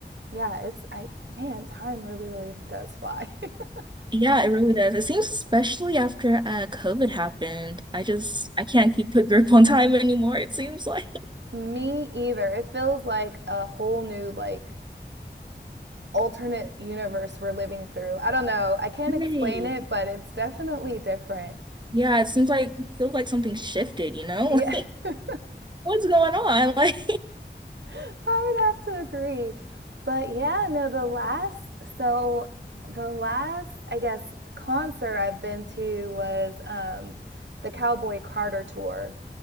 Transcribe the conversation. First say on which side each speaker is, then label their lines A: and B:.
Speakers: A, on the right; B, on the right.
A: yeah, it's, I, man, time really, really does fly. <laughs>
B: Yeah, it really does. It seems especially after uh COVID happened. I just I can't keep a grip on time anymore, it seems like.
A: Me either. It feels like a whole new, like, alternate universe we're living through. I don't know. I can't explain
B: Right.
A: it, but it's definitely different.
B: Yeah, it seems like feels like something shifted, you know?
A: Yeah,
B: <laughs>
A: <laughs>
B: Like, what's going on? Like,
A: I would have to agree. But yeah, no, the last, so the last, I guess, concert I've been to was um, the Cowboy Carter tour.